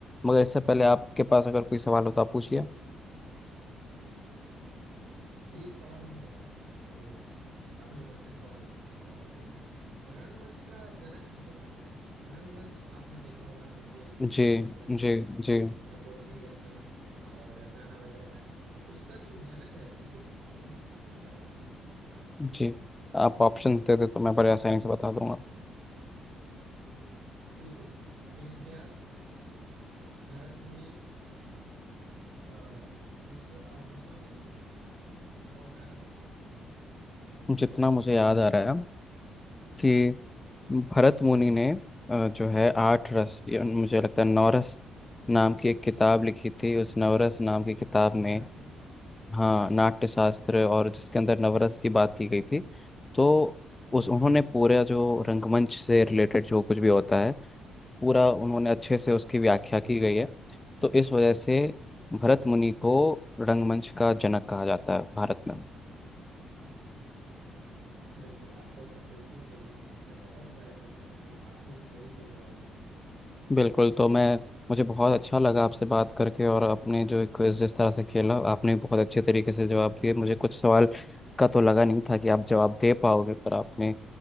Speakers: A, on the left; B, on the right.
A: मगर इससे पहले आपके पास अगर कोई सवाल हो तो आप पूछिए
B: ये एक सवाल है मेरे पास वो काफी रोमांचक सवाल है और रंगमंच का जनक किसे कहा जाता है रंगमंच आपने देखा होगा जैसे थिएटर
A: जी
B: लोग करते
A: जी
B: हैं
A: जी
B: पोएट्री करते हैं और गाना वगैरह गाते हैं तो उसका जो जनक है उसे कि, उन, किसे कहा जाता है
A: जी आप ऑप्शंस दे दे तो मैं बड़े आसानी से बता दूंगा
B: बिल्कुल वेद व्यास भरत मुनि अ, विश्व अ, विश्वामित्र और नारद मुनि
A: जितना मुझे याद आ रहा है कि भरत मुनि ने अ, जो है आठ रस या मुझे लगता है नवरस नाम की एक किताब लिखी थी उस नवरस नाम की किताब में
B: नाट्य शास्त्र
A: हाँ नाट्य शास्त्र और जिसके अंदर नवरस की बात की गई थी तो उस
B: हाँ
A: उन्होंने पूरा जो रंगमंच से रिलेटेड जो कुछ भी होता है पूरा उन्होंने अच्छे से उसकी व्याख्या
B: हम्म
A: की गई है तो इस वजह से भरत मुनि
B: बिल्कुल
A: को रंगमंच का जनक कहा जाता है भारत में
B: बिल्कुल आपका उत्तर बिल्कुल सही है आपने बहुत सारे क्वेश्चंस के काफी सही सही जवाब दिए
A: बिल्कुल तो मैं मुझे बहुत अच्छा लगा आपसे बात करके और अपने जो क्विज जिस तरह से खेला आपने भी बहुत अच्छे तरीके से जवाब दिए मुझे कुछ सवाल का तो लगा नहीं था कि आप जवाब दे पाओगे पर आपने